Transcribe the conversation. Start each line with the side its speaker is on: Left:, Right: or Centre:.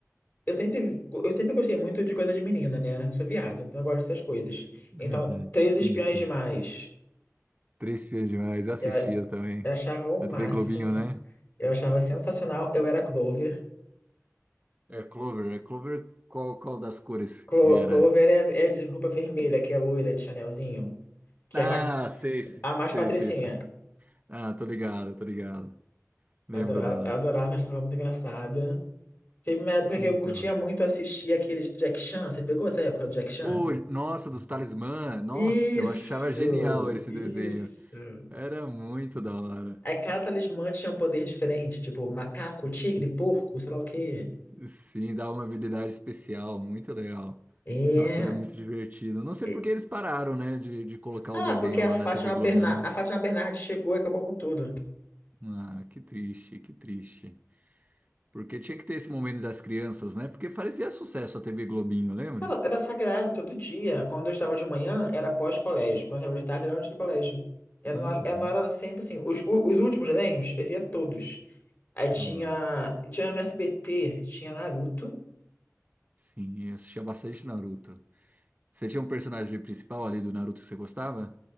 Left: Eu sempre, eu sempre gostei muito de coisa de menina, né? Eu sou viado, então eu gosto dessas coisas.
Right: Uhum.
Left: Então, 13
Right: Sim,
Left: Espiões
Right: sim.
Left: Demais.
Right: Três Espiãs Demais. Eu assistia
Left: Eu, a-
Right: também.
Left: eu achava o máximo.
Right: A TV Globinho, né?
Left: Eu achava sensacional. Eu era Clover.
Right: É Clover. É Clover. Qual, qual das cores
Left: Clo-
Right: que era?
Left: Clover é, é de roupa vermelha, que é loira de Chanelzinho. Que
Right: Ah,
Left: é a mais,
Right: sei, sei,
Left: a mais
Right: sei,
Left: patricinha.
Right: sei. tô- Ah, tô ligado, tô ligado. Lembro
Left: Adorava,
Right: dela.
Left: adorava, achava muito engraçada. Teve uma época
Right: Muito,
Left: que eu curtia
Right: mano.
Left: muito assistir aqueles Jack Chan. Você pegou essa época do Jack Chan?
Right: Oh, nossa, dos Talismã. Nossa,
Left: Isso!
Right: eu achava genial esse
Left: Isso!
Right: desenho. Era muito da hora.
Left: Aí cada talismã tinha um poder diferente, tipo macaco, tigre,
Right: E-
Left: porco, sei lá o quê.
Right: Sim, dá uma habilidade especial, muito legal.
Left: É.
Right: Nossa, era muito divertido. Não sei
Left: e-
Right: por que eles pararam, né, de, de colocar
Left: Ah,
Right: o desenho
Left: porque a
Right: lá
Left: Fátima
Right: na TV Globinho.
Left: Bernard, a Fátima Bernardes chegou e acabou com tudo.
Right: Ah, que triste, que triste. Porque tinha que ter esse momento das crianças, né? Porque fazia sucesso a TV Globinho, lembra?
Left: Ela era sagrada todo dia. Quando eu estava de manhã, era pós-colégio. Quando eu estava de tarde, era antes do colégio. Era
Right: Uhum.
Left: na hora, era na hora sempre assim. Os, o- os últimos desenhos, eu via todos. Aí tinha,
Right: Nossa.
Left: tinha no SBT, tinha Naruto.
Right: Sim, eu assistia bastante Naruto. Você tinha um personagem principal ali do Naruto que você gostava?